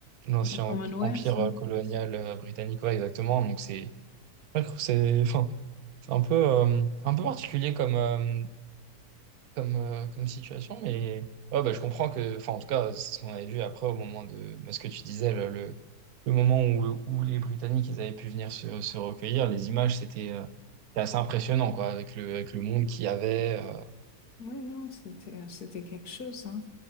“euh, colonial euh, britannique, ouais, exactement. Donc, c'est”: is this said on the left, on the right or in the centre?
Right